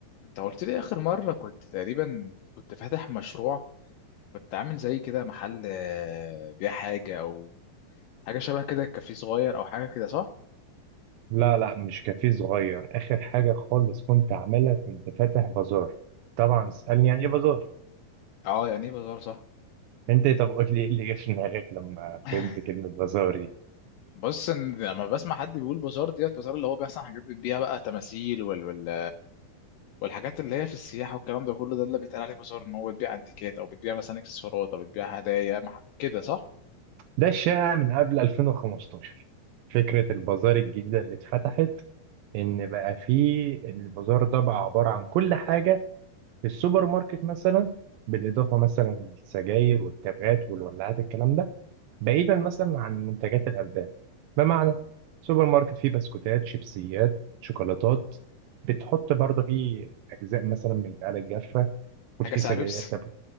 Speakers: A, on the left; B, on the right.
A: انت قلت لي اخر مره كنت تقريبا كنت فاتح مشروع كنت عامل زي كده محل آه، بيع حاجه او حاجه شبه كده كافيه صغير او حاجه كده صح
B: لا لا مش كافيه صغير آخر حاجة خالص كنت عاملها كنت فاتح بازار طبعا اسألني يعني إيه بازار
A: اه يعني ايه بازار صح
B: أنت إيه؟ طب قول لي إيه اللي جه في دماغك لما
A: <laughs>
B: فهمت كلمة بازار دي
A: بص ان لما بسمع حد بيقول بازار ديت بازار اللي هو بيحصل حاجات بتبيع بقى تماثيل وال... وال... والحاجات اللي هي في السياحه والكلام ده كله ده اللي بيتقال عليه بازار ان هو بتبيع انتيكات او بتبيع مثلا اكسسوارات او بتبيع هدايا مح... كده صح
B: ده الشائع من قبل 2015 فكرة البازار الجديدة اللي اتفتحت إن بقى فيه البازار ده بقى عبارة عن كل حاجة في السوبر ماركت مثلا بالاضافه مثلا للسجاير والتبغات والولاعات الكلام ده بعيدا مثلا عن منتجات الالبان بمعنى سوبر ماركت فيه بسكوتات شيبسيات شوكولاتات بتحط برضه فيه اجزاء مثلا من البقاله الجافه وفيه
A: حاجه ساعه
B: سجاير
A: بيبس
B: تبغ